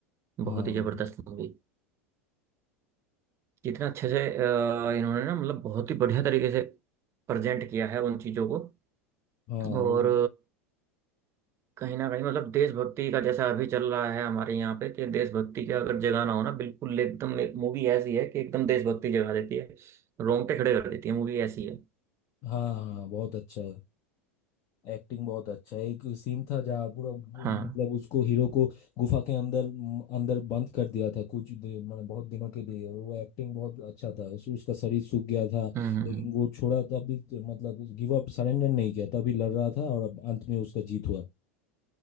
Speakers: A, on the right (about 35°); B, on the left (about 45°).
A: बहुत
B: हाँ
A: ही जबरदस्त मूवी जितना अच्छे से अ, इन्होंने ना मतलब बहुत ही बढ़िया तरीके से प्रेजेंट किया है उन चीज़ों को
B: हाँ
A: और
B: वो-
A: कहीं ना कहीं मतलब देशभक्ति का जैसा अभी चल रहा है हमारे यहाँ पे कि देशभक्ति का अगर जगाना हो ना बिल्कुल एकदम एक मूवी ऐसी है कि एकदम देशभक्ति जगा देती है रोंगटे खड़े कर देती है मूवी ऐसी है
B: हाँ हाँ बहुत अच्छा है एक्टिंग बहुत अच्छा है एक सीन था जहाँ पूरा गु-
A: हाँ
B: मतलब उसको हीरो को गुफा के अंदर म, अंदर बंद कर दिया था कुछ दे- मैंने बहुत दिनों के लिए वो एक्टिंग बहुत अच्छा था उस, उसका शरीर सूख गया था
A: हम्म हम्म
B: लेकिन
A: हम्म,
B: वो छोड़ा तब भी मतलब गिव अप सरेंडर नहीं किया तभी लड़ रहा था और अब अंत में उसका जीत हुआ